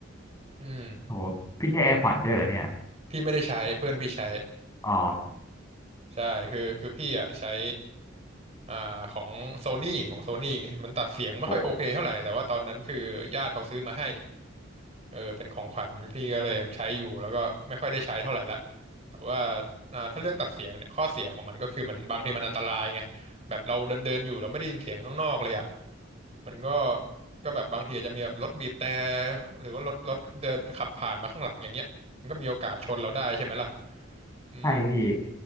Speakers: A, on the right; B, on the left.
A: อืม
B: โหพี่ใช้ AirPods ด้วยเหรอเนี่ย
A: พี่ไม่ได้ใช้เพื่อนพี่ใช้
B: อ๋อ
A: ใช่คือคือพี่อ่ะใช้อ่าของโซนี่ของโซนี่มันตัดเสียงไม่ค่อยโอเคเท่าไหร่แต่ว่าตอนนั้นคือญาติเขาซื้อมาให้
B: โห
A: เออเป็นของขวัญพี่ก็เลยยังใช้อยู่แล้วก็ไม่ค่อยได้ใช้เท่าไหร่ละแต่ว่าอ่าถ้าเรื่องตัดเสียงเนี่ยข้อเสียของมันก็คือมันบางทีมันอันตรายไงแบบเราเดินเดินอยู่เราไม่ได้ยินเสียงข้างนอกเลยอะ มันก็ก็แบบบางทีอาจจะมีแบบรถบีบแต่หรือว่ารถรถเดินขับผ่านมาข้างหลังอย่างเงี้ย มันก็มีโอกาสชนเราได้ใช่ไหมล่ะอืม
B: ใช่พี่